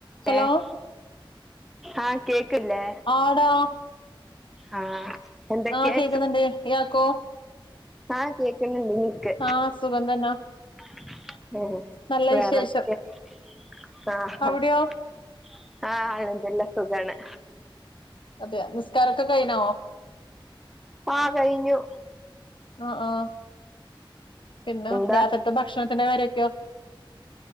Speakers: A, on the left (about 65°); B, in the centre.
A: ഹലോ
B: ആഹ് ആ കേക്ക് ക്കില്ലേ
A: ആടാ
B: ആഹ് എന്തൊക്കെയ
A: ആ കേൾക്കുന്നുണ്ട്. ഇയാക്കോ?
B: ആ കേൾക്കുന്നുണ്ട്.
A: ആഹ് സുഖം തന്നാ
B: <inaudible>
A: നല്ല
B: വേറെ
A: വിശേഷം
B: എന്തൊക്കെ
A: അവിടെയോ
B: നല്ല സുഖാണ്.
A: അതെയോ നിസ്കാരം ഓക്കെ കഴിഞ്ഞോ?
B: ആ കഴിഞ്ഞു.
A: ആ ആ പിന്നെ
B: എന്താ
A: രാത്രിലത്തെ ഭക്ഷണത്തിന്റെ കാര്യം ഒക്കെയോ?